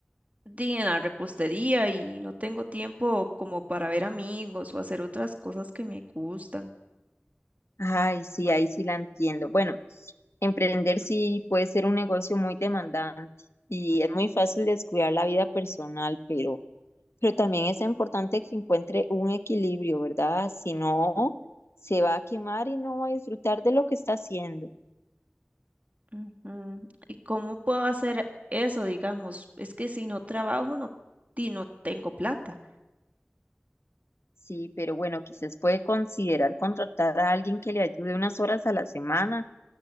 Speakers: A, on the right; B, on the left.
A: di, en la repostería y no tengo tiempo como para ver amigos o hacer otras cosas que me gustan.
B: Ay, sí, ahí sí la entiendo. Bueno, emprender sí puede ser un negocio muy demandante y es muy fácil descuidar la vida personal, pero, pero también es importante que encuentre un equilibrio, ¿verdad? Si no, se va a quemar y no va a disfrutar de lo que está haciendo.
A: Ujú, ¿Y cómo puedo hacer eso, digamos? Es que si no trabajo, no, di, no tengo plata.
B: Sí, pero bueno, quizás puede considerar contratar a alguien que le ayude unas horas a la semana,